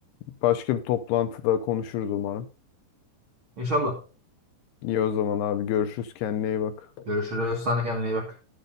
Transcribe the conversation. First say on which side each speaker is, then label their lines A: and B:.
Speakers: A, on the left; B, on the right.
A: başka bir toplantıda konuşuruz umarım
B: İnşallah.
A: iyi o zaman abi görüşürüz kendine iyi bak.
B: Görüşürüz. Sana kendine iyi bak.